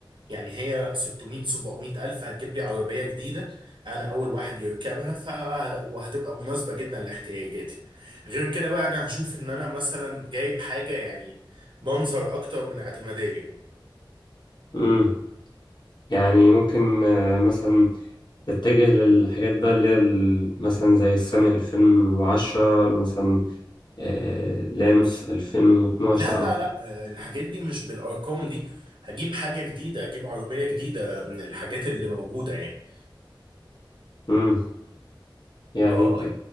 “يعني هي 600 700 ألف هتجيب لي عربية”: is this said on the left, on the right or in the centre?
Right